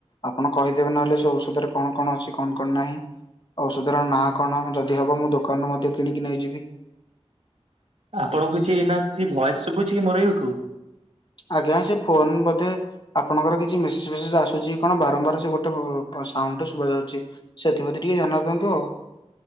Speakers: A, on the left (about 45°); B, on the right (about 70°).
A: ଆପଣ କହିଦେବେ ନଲେ ସେ ଔଷଧରେ କଣ କଣ ଅଛି କଣ କଣ ନାହିଁ? ଔଷଧର ନାଁ କଣ ଯଦି ହବ ମୁଁ ଦୋକାନରୁ ମଧ୍ୟ କିଣିକି ନେଇଯିବି।
B: ଆପଣଙ୍କୁ କିଛି ନା କିଛି ଭୟସ ଶୁଭୁଛି କି ମୋର ଏଇଠୁ?
A: ଆଜ୍ଞା ସେ ଫୋନ ବୋଧେ ଆପଣଙ୍କର କିଛି ମେସେଜ ଫେସେଜ ଆସୁଛି କଣ ବାରମ୍ବାର ସେ ଗୋଟେ ଉ ସାଉଣ୍ଡଟେ ଶୁବା ଯାଉଛି। ସେଥିପ୍ରତି ଟିକେ ଧ୍ୟାନ ରଖନ୍ତୁ ଆଉ।